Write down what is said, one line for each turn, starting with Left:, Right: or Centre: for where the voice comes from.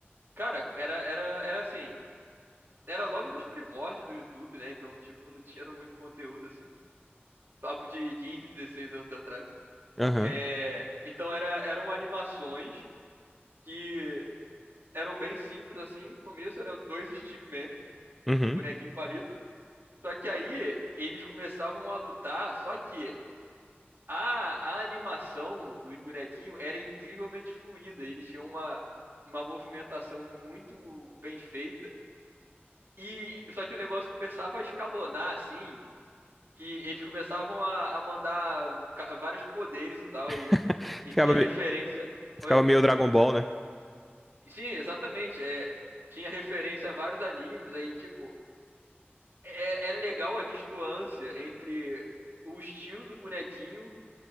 Right: Cara, era, era, era assim. era logo nos primórdios do YouTube, né? Então, tipo, não tinha <laughs> muito conteúdo assim. Papo de 15, 16 anos atrás.
Centre: Aham.
Right: É, então era, eram animações que eram bem simples assim. No começo era dois stickman,
Centre: Uhum.
Right: tipo bonequinho palito. Só que aí eles começavam a lutar, só que a, a animação dos bonequinhos era incrivelmente fluida. Eles tinham uma, uma movimentação muito bem feita. E só que o negócio começava a escalonar assim, que eles começavam a, a mandar ca- vários poderes e tal,
Centre: <laughs>
Right: e, e
Centre: Ficava,
Right: tinha
Centre: me-
Right: referência.
Centre: Ficava
Right: Oi.
Centre: meio Dragon Ball, né?
Right: Sim, exatamente. É, tinha referência a vários animes, aí, tipo, era, era legal a distância entre o estilo do bonequinho